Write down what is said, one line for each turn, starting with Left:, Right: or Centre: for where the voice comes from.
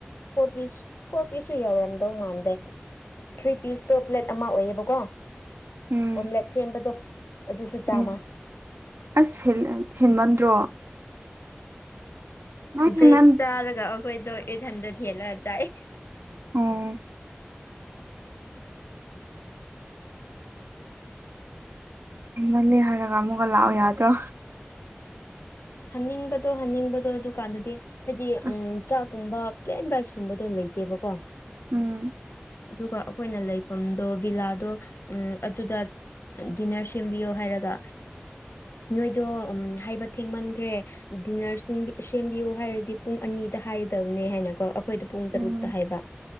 Left: ꯐꯣꯔ ꯄꯤꯁ ꯐꯣꯔ ꯄꯤꯁꯁꯨ ꯌꯧꯔꯝꯗꯧ ꯃꯥꯟꯗꯦ ꯊ꯭ꯔꯤ ꯄꯤꯁꯇꯣ ꯄ꯭ꯂꯦꯠ ꯑꯃ ꯑꯣꯏꯌꯦꯕꯀꯣ
Right: ꯎꯝ
Left: ꯑꯣꯝꯂꯦꯠ ꯁꯦꯝꯕꯗꯣ ꯑꯗꯨꯁꯨ ꯆꯥꯃ
Right: ꯎꯝ ꯑꯁ ꯍꯦꯜ ꯑꯥ ꯍꯦꯟꯃꯟꯗ꯭ꯔꯣ ꯅꯣꯏ ꯍꯦꯟꯃꯟ
Left: ꯕꯦꯠꯆ ꯆꯥꯔꯒ ꯑꯈꯣꯏꯗꯣ ꯑꯩꯠ ꯍꯟꯗ꯭ꯔꯦꯗ ꯍꯦꯜꯂꯒ ꯆꯥꯏ
Right: ꯑꯣ ꯍꯦꯟꯃꯜꯂꯦ ꯍꯥꯏꯔꯒ ꯑꯃꯨꯛꯀ ꯂꯥꯛꯑꯣ ꯌꯥꯗ꯭ꯔꯣ
Left: ꯍꯟꯅꯤꯡꯕꯗꯣ ꯍꯟꯅꯤꯡꯕꯗꯣ ꯑꯗꯨ ꯀꯥꯟꯗꯗꯤ ꯍꯥꯏꯗꯤ
Right: ꯑꯁ
Left: ꯎꯝ ꯆꯥꯛꯀꯨꯝꯕ ꯄ꯭ꯂꯦꯟ ꯔꯥꯏꯁꯀꯨꯝꯕꯗꯣ ꯂꯩꯇꯦꯕꯀꯣ
Right: ꯎꯝ
Left: ꯑꯗꯨꯒ ꯑꯈꯣꯏꯅ ꯂꯩꯐꯝꯗꯣ ꯚꯤꯂꯥꯗꯣ ꯎꯝ ꯑꯗꯨꯗꯥꯠ ꯑꯟ ꯗꯤꯟꯅꯔ ꯁꯦꯝꯕꯤꯌꯣ ꯍꯥꯏꯔꯒ ꯅꯣꯏꯗꯣ ꯑꯝ ꯍꯥꯏꯕ ꯊꯦꯡꯃꯟꯈ꯭ꯔꯦ__ ꯗꯤꯟꯅꯔ ꯁꯤꯟꯕꯤ ꯁꯦꯝꯕꯤꯌꯨ ꯍꯥꯏꯔꯗꯤ ꯄꯨꯡ ꯑꯅꯤꯗ ꯍꯥꯏꯗꯕꯅꯦ ꯍꯥꯏꯅꯀꯣ ꯑꯈ__ ꯈꯣꯏꯗ ꯄꯨꯡ
Right: ꯎꯝ
Left: ꯇꯔꯨꯛꯇ ꯍꯥꯏꯕ